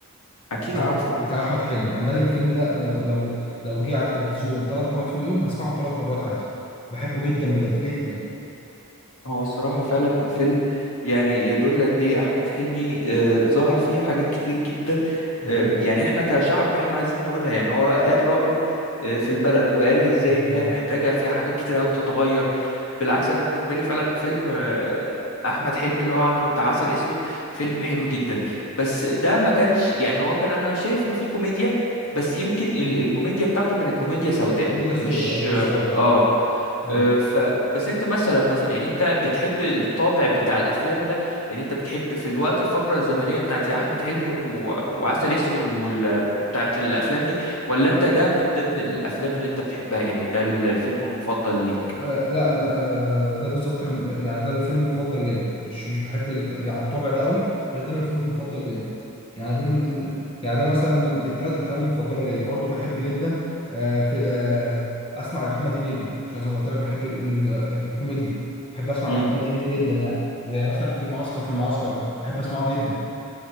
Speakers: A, on the left; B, on the left.
A: اكيد
B: أح-
A: عارفه
B: بتاع احمد حلمي انا ده الفيلم ده أنا لو لو لو جه على التلفزيون ثلاث مرات في اليوم هسمعه ثلاث مرات عادي بحبه جدا بجد جدا
A: هو الصراحة فعلا فيلم يعني يدل قد ايه أحمد حلمي آه، ظهر فيه حاجات كتير جدا
B: ده
A: آه،
B: حقيقة
A: يعني احنا كشعب احنا عايزين نقولها يعني هو قال رأيه آه، في البلد وقال ازاي
B: بالظبط
A: ان هي محتاجة فيها حاجات كتير أوي تتغير بالعكس أنا بالنسبة لي فعلا فيلم آه، أحمد حلمي اللي هو عمله بتاع عسل أسود فيلم حلو جدا بس ده ما كانش يعني هو كان أنا شايف إنه فيه كوميديا بس يمكن ال- الكوميديا بتاعته كانت كوميديا سوداء
B: ميديا سودا
A: مش
B: اه لسه اقول لك
A: اه
B: فاهم ايوه
A: أه، ف بس انت مثلا مثلا يعني انت بتحب الطابع بتاع الافلام ده يعني انت بتحب في الوقت الفقره الزمنيه بتاعت احمد حلمي و... وعسل اسود وال... وبتاعت الافلام دي ولا انت ده من ضمن الافلام اللي انت بتحبها يعني ده الفيلم المفضل ليك
B: آه لا لا آه ده بالظبط من يعني ده الفيلم المفضل ليا مش مش بحب الك... يعني الطابع ده قوي بس ده من الفيلم المفضل ليا يعني دول من من- يعني ده مثلا من, من الثلاث افلام المفضله ليا برضو بحب جدا آه في آه اسمع لمحمد هنيدي عشان زي ما قلت لك بحب ال... ال... آه، الكوميدي بحب اسمع
A: مم.
B: لمحمد هنيدي جدا يعني زي مثلا فيلم عسكر في المعسكر ده بحب اسمعه جدا